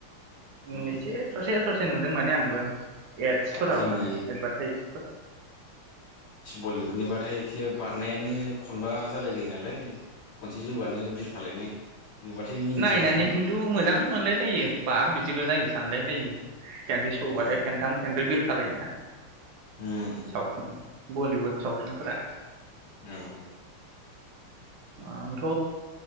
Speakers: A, on the right; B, on the left.
A: ओं
B: उम
A: इसे ससे ससे नुद दों माने आंबो एडसफोराव
B: दा जोंनि
A: माने एडभार्टाइसफोराव
B: बलिउडनिबाथाय एसे बारनायानो खनबा जालाय लायो नालाय खनसे जौआनो बिरफालायनाय नुबाथाय मिनिनोसो
A: नायनानै
B: ओंखारोलां
A: खिन्थु मोजां मोनलाय लायो बा बिदिबो जायो सानलाय लायो खेनसे सौबाथाय
B: औ
A: खेनथाम खेनब्रै बिर खालायोना
B: उम
A: साउथुन बलिउड सावथुनफोरा
B: औ
A: आंथ